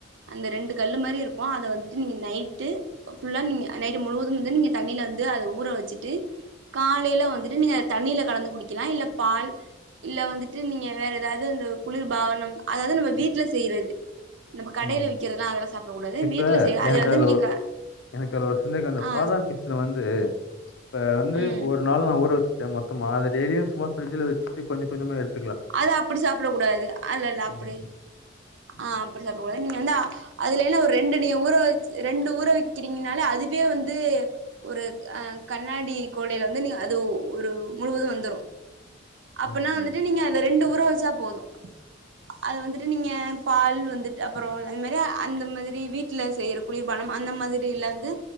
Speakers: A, on the right; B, on the left.
A: அந்த ரெண்டு கல் மாரி இருக்கும் அத வந்துட்டு நீங்க நைட்டு ஃபுல்லா நீங்க நைட்டு முழுவதும் வந்து நீங்க தண்ணியில வந்து அத ஊற வெச்சுட்டு காலைல வந்துட்டு நீங்க தண்ணில கலந்து குடிக்கலாம் இல்ல பால் இல்ல வந்துட்டு நீங்க வேற ஏதாவது அந்த குளிர் பாவனம் அதாவது நம்ப வீட்ல செய்றது நம்ப கடையில
B: ம்.
A: விக்கிறது அது எல்லாம் சாப்பிடக்க கூடாது
B: இப்ப
A: வீட்ல செய்ய
B: எனக்கு
A: அத வந்து
B: அதுல
A: நீங்க
B: ஒ
A: க
B: எனக்கு அதுல ஒரு சந்தேகம் அந்த
A: ஆ
B: பாதாம் பிச்சன வந்து இ வந்து
A: ம்
B: ஒரு நாள் நான் ஊற வச்சு மொத்தமா அத டெய்லியும் சும்மா ப்ரிஜிலா வெச்சிட்டு கொஞ்ச கொஞ்சமா எடுத்த
A: அது அப்படி சாப்புட கூடாது அல்ல இல்ல அப்டி
B: ம்
A: ஆ அப்டி சாப்டக் கூடாது நீங்க வந்து அதுல எல்லாம் ஒரு ரெண்டு நீ ஊற வச்சு ரெண்டு ஊற வக்கிறீங்கனாலே அதுவே வந்து ஒரு அ கண்ணாடி கோலையில வந்து நீங்க அது ஒரு முழுவதும் வந்துரும் அப்பனா
B: ம்
A: வந்துட்டு நீங்க அதுல ரெண்டு ஊற வெச்சா போதும் அது வந்துட்டு நீங்க பால் வந்துட்டு அப்றோம் அத மாரியெ அந்த மாதிரி வீட்டுல செய்ற குளிர்பானம் அந்த மாதிரி டிலருந்து